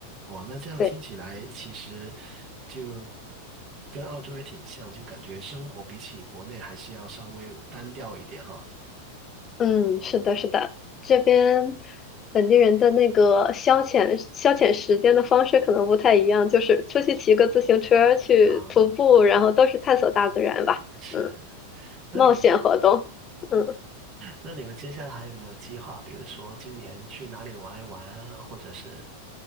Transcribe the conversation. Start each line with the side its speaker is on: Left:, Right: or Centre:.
Right: 哇。那这样听起来，
Left: 对
Right: 其实就跟澳洲也挺像，就感觉生活比起国内还是要稍微单调一点哈。
Left: 嗯，是的，是的，这边本地人的那个消遣消遣时间的方式可能不太一样，就是出去骑个自行车，去徒步，
Right: 啊，
Left: 然后都是探索大自然吧，
Right: 是。
Left: 嗯，
Right: 那你们，
Left: 冒险活动，嗯。
Right: 那你们接下来还有没有计划？比如说今年去哪里玩一玩啊，或者是